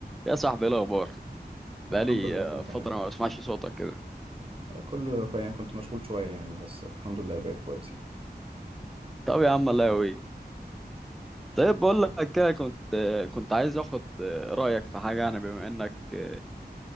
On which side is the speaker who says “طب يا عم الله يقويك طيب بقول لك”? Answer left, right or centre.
Centre